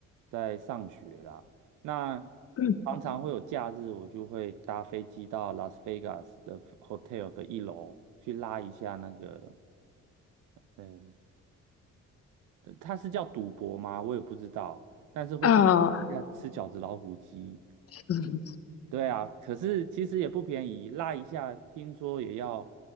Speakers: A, on the right; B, on the left.
A: 在上学啦，那
B: 嗯，
A: 常常会有假日，我就会搭飞机到 Las Vegas 的 hotel 的一楼去拉一下那个，呃，它是叫赌博吗？我也不知道，但是会去拉一下吃饺子老虎机。
B: 呃，嗯
A: 对啊，可是其实也不便宜，拉一下听说也要